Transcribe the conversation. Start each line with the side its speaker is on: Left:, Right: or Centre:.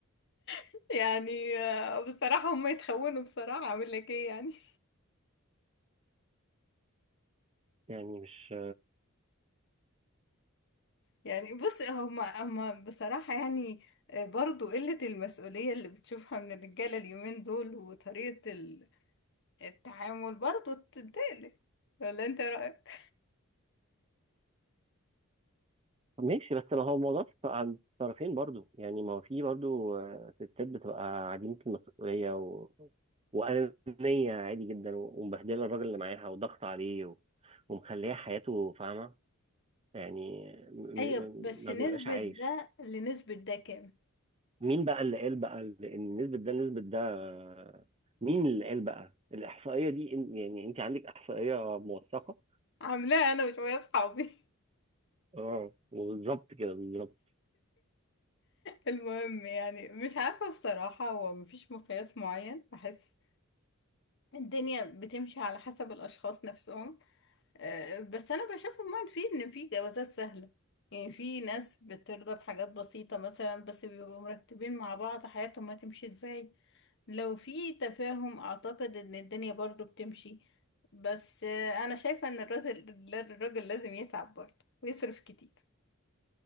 Left: <laughs> يعني آه، بصراحة هم يتخونوا بصراحة أعمل لك إيه يعني
Right: يعني مش
Left: يعني بص هم هم بصراحة يعني آه، برضو قلة المسؤولية اللي بتشوفها من الرجالة اليومين دول وطريقة ال- التعامل برضو تقلق ولا أنت رأيك؟
Right: ماشي بس ما هو الموضوع ف- عند الطرفين برضو يعني ما هو في برضو آه، ستات بتبقى عديمة المسؤولية و... وأنانية عادي جدا و- ومبهدلة الراجل اللي معاها وضغط عليه و... ومخليه حياته فاهمة يعني م... م...
Left: ايوه
Right: م-
Left: بس
Right: ما
Left: نسبة
Right: بيبقاش عايش
Left: ده لنسبة ده كام
Right: مين بقى اللي قال بقى ال- إن نسبة ده نسبة ده آه، مين اللي قال بقى الإحصائية دي إن- يعني أنت عندك إحصائية موثقة
Left: عاملاها أنا وشوية أصحابي
Right: اه وبالظبط كده بالظبط
Left: المهم يعني مش عارفة بصراحة هو مفيش مقياس معين بحس الدنيا بتمشي على حسب الأشخاص نفسهم آه، بس أنا بشوف عموما في إن في جوازات سهلة يعني في ناس بترضى بحاجات بسيطة مثلا بس بيبقوا مرتبين مع بعض حياتهم هتمشي ازاي لو في تفاهم أعتقد إن الدنيا برضو بتمشي بس آه، أنا شايفة إن الراجل الراجل لازم يتعب برضه ويصرف كتير